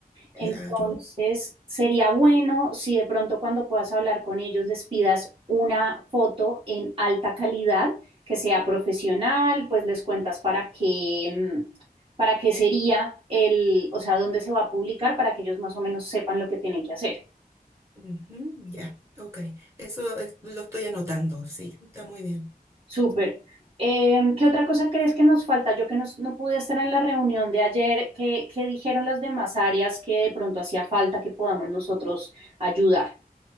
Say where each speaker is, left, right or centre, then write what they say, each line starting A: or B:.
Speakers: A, on the right; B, on the right.
A: Claro.
B: Entonces, sería bueno si de pronto cuando puedas hablar con ellos les pidas una foto en alta calidad, que sea profesional, pues les cuentas para qué, mm, para qué sería el, o sea, dónde se va a publicar para que ellos más o menos sepan lo que tienen que hacer.
A: Ujú, ya, ok. Eso es- lo estoy anotando, sí, está muy bien.
B: Súper. Eh, ¿qué otra cosa crees que nos falta? Yo que nos- no pude estar en la reunión de ayer, ¿qué, qué dijeron las demás áreas que de pronto hacía falta que podamos nosotros ayudar?